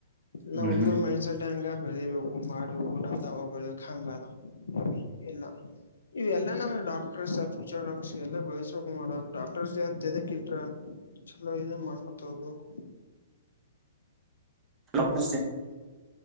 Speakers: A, on the left; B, on the right.
A: ಎಲ್ಲಾ
B: ಹ್ಮ್
A: ಹುಡುಗರ ಮೈಂಡ್ಸೆಟ್ ಹಂಗ ಬೆಳಿಬೇಕು ಮಾಡ್ಬೇಕು ನತಾವ ಬೆಳಿಬೇಕ ಹಂಗ ಅದ ಎಲ್ಲಾ ಇವೆಲ್ಲಾ ನಮ್ ಡಾಕ್ಟರ್ಸ್ ಫೀಚರ್ ಡಾಕ್ಟರ್ಸ್ ಎಲ್ಲ ಬಯಸಕ್ ಮಾಡಕ್ ಡಾಕ್ಟರ್ಸ್ ಜಯಂತಿ ಯದಕ ಇಟ್ರ ಚಲೋ ಇದ ಮಾಡ್ಕೊತಾ ಹೋಗ್ಬೇಕು.
B: ಲಕ್ಪ್ಪು ಸಿ